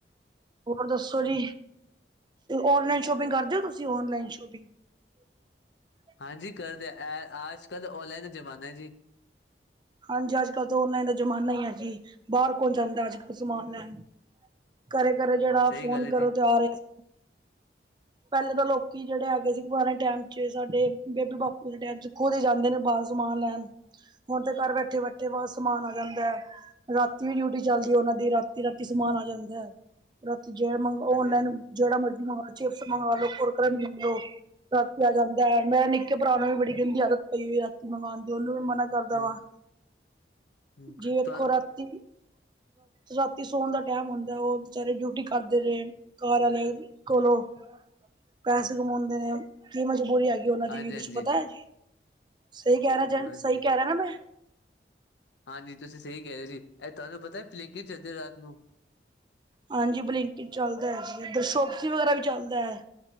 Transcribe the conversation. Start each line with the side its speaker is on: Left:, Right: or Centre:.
Right: ਹੋਰ ਦੱਸੋ ਜੀ ਔਨਲਾਈਨ ਸ਼ੋਪਿੰਗ ਕਰਦੇ ਹੋ ਤੁਸੀਂ ਓਨਲਾਈਨ ਸ਼ੋਪਿੰਗ। <inaudible>
Left: ਹਾਂਜੀ ਕਰਦੇ ਅਜ ਕੱਲ੍ਹ ਔਨਲਾਈਨ ਦਾ ਜ਼ਮਾਨਾ ਹੈ ਜੀ।
Right: ਹਾਂਜੀ ਅੱਜ ਕੱਲ੍ਹ ਤਾਂ ਔਨਲਾਈਨ ਦਾ ਜ਼ਮਾਨਾ ਹੀ ਹੈ ਜੀ ਬਾਹਰ ਕੌਣ ਜਾਂਦਾ ਅੱਜ ਕੱਲ੍ਹ ਸਮਾਨ ਲੈਣ। ਘਰੇ ਘਰੇ ਜਿਹੜਾ
Left: ਸਹੀ
Right: ਫੋਨ
Left: ਗੱਲ ਹੈ
Right: ਕਰੋ
Left: ਜੀ,
Right: ਤੇ ਆ ਰਿਹਾ। ਪਹਿਲੇ ਤਾਂ ਲੋਕੀ ਜਿਹੜੇ ਹੈਗੇ ਸੀ ਪੁਰਾਣੇ ਟਾਈਮ ਚ ਸਾਡੇ ਬੇਬੇ ਬਾਪੂ ਦੇ ਟਾਈਮ ਚ ਖੁਦ ਹੀ ਜਾਂਦੇ ਨੇ ਬਾਹਰ ਸਮਾਨ ਲੈਣ ਹੁਣ ਤੇ ਘਰ ਬੈਠੇ ਬੈਠੇ ਬਸ
Left: ਹਾਂਜੀ
Right: ਸਮਾਨ ਆ ਜਾਂਦਾ ਹੈ। ਰਾਤੀ ਵੀ ਡਿਊਟੀ ਚੱਲਦੀ ਉਹਨਾ ਦੀ ਰਾਤੀ ਰਾਤੀ ਸਮਾਨ ਆ ਜਾਂਦਾ ਹੈ ਰਾਤੀ ਜਿਹੜ ਮੰਗ ਔਨਲਾਈਨ
Left: ਹਾਂਜੀ।
Right: ਜਿਹੜਾ ਮਰਜ਼ੀ ਮੰਗਵਾ ਲੋ ਚਿਪਸ ਮੰਗਵਾ ਲੋੋ ਕੁਰਕੁਰੇ ਮੰਗਾ ਲੋ ਰਾਤੀ ਆ ਜਾਂਦਾ ਹੈ ਮੇਰੇ ਨਿੱਕੇ ਭਰਾ ਨੂੰ ਵੀ ਬੜੀ ਗੰਦੀ ਆਦਤ ਪਈ ਹੋਈ ਰਾਤੀ ਮੰਗਵਾਉਣ ਦੀ ਉਹਨੂੰ ਵੀ ਮਨਾ ਕਰਦਾ
Left: ਹੂੰ,
Right: ਵਾਂ।
Left: ਹੂੰ
Right: ਜੀ ਵੇਖੋ
Left: ਤੁਹਾਨੂੰ
Right: ਰਾਤੀ ਰਾਤੀ ਸੌਣ ਦਾ ਟਾਈਮ ਹੁੰਦਾ ਉਹ ਵਿਚਚਾਰੇ ਡਿਊਟੀ ਕਰਦੇ ਰਹੇ। ਘਰ ਵਾਲੇ ਕੋਲੋਂ ਪੈਸੇ ਕਮਾਉਂਦੇ ਨੇ ਕੀ ਮਜਬੂਰੀ ਹੈਗੀ। ਉਹਨਾਂ ਦੀ
Left: ਹਾਂਜੀ-ਹਾਂਜੀ,
Right: ਵੀ ਕੁੱਛ ਪਤਾ
Left: ਹਾਂਜੀ।
Right: ਹੈ ਜੀ ਸਹੀ ਕਹਿ ਰਿਹਾ ਜ
Left: ਹਾਂਜੀ
Right: ਸਹੀ ਕਹਿ ਰਿਹਾ ਨਾ ਮੈਂ।
Left: ਹਾਂਜੀ ਤੁਸੀਂ ਸਹੀ ਕਹਿ ਰਹੇ ਜੀ ਇਹ ਤੁਹਾਨੂੰ ਪਤਾ ਪਲਿੰਕ ਚੱਲਦੇ ਰਾਤ ਨੂੰ।
Right: ਹਾਂਜੀ ਬਲਿੰਕਿਟ ਚੱਲਦਾ ਹੈ ਜੀ। ਇਧਰ ਸੋਪਸੀ ਵਗੈਰਾ ਵੀ ਚੱਲਦਾ ਹੈ।